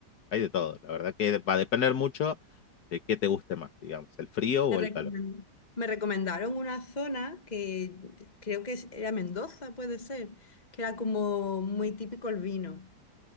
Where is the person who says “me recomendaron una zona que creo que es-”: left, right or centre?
Left